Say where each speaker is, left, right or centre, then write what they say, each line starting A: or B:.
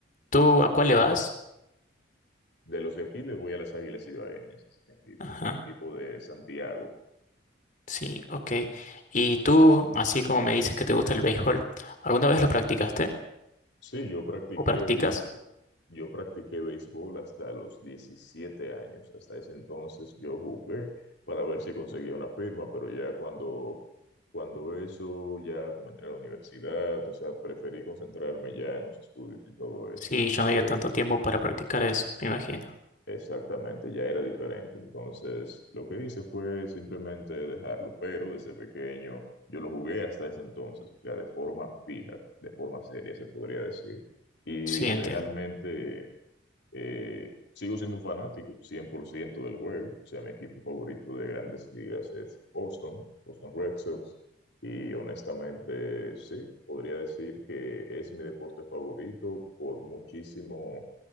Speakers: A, on the left; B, on the left.
A: tú a cuál le vas?
B: de los de aquí les voy a las Águilas cibaeñas es un equipo,
A: Ajá.
B: es un equipo de Santiago
A: Sí, ok. Y tú, así como me dices que te gusta el béisbol, ¿alguna vez lo practicaste
B: Sí, yo practiqué
A: o practicas?
B: béisbol. Yo practiqué béisbol hasta los 17 años. Hasta ese entonces yo jugué para ver si conseguía una firma, pero ya cuando, cuando eso, ya como entré a la universidad, o sea, preferí concentrarme ya en los estudios y todo eso.
A: Sí,
B: porque
A: yo no había tanto tiempo para practicar eso, me imagino.
B: Exactamente, ya era diferente. Entonces, lo que hice fue simplemente dejarlo, pero desde pequeño yo lo jugué hasta ese entonces, o sea, de forma fija, de forma seria, se podría decir. Y
A: Sí,
B: realmente
A: entiendo.
B: eh, sigo siendo un fanático 100% del juego, o sea, mi equipo favorito de grandes ligas es Boston, Boston Red Sox, y honestamente, sí, podría decir que es mi deporte favorito por muchísimo